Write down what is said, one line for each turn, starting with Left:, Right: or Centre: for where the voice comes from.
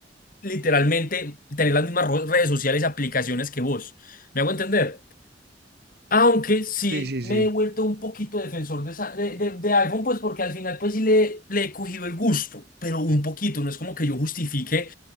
Left: literalmente tener las mismas ro- redes sociales y aplicaciones que vos. ¿Me hago entender? Aunque sí
Right: Sí, sí,
Left: me
Right: sí.
Left: he vuelto un poquito defensor de, esa- de, de- de iPhone, pues porque al final pues sí le, le he cogido el gusto, pero un poquito. No es como que yo justifique.